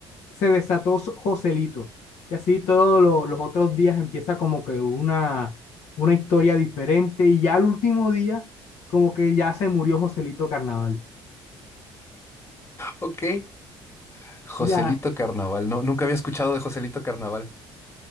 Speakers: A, on the left; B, on the left.
A: se desató so- Joselito, y así todos lo- los otros días empieza como que una, una historia diferente, y ya el último día, como que ya se murió Joselito Carnaval,
B: Ok. Joselito
A: ya.
B: Carnaval. No, nunca había escuchado de Joselito Carnaval.